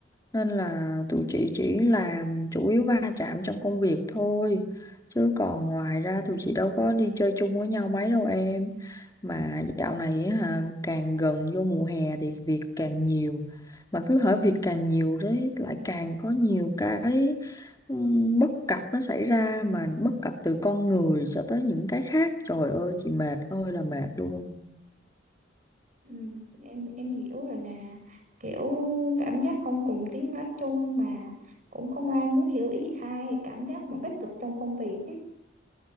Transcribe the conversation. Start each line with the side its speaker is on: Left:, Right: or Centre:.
Left: nên là tụi chị chỉ làm chủ yếu va chạm trong công việc thôi chứ còn ngoài ra tụi chị đâu có đi chơi chung với nhau mấy đâu em mà dạo này á hả, càng gần vô mùa hè thì việc càng nhiều mà cứ hở việc càng nhiều đấy lại càng có nhiều cái ừm, bất cập nó xảy ra mà bất cập từ con người cho tới những cái khác trời ơi chị mệt ơi là mệt luôn
Right: Ừm, em em hiểu rồi nè kiểu cảm giác không cùng tiếng nói chung mà cũng không ai muốn hiểu ý ai cảm giác mà bất lực trong công việc ấy.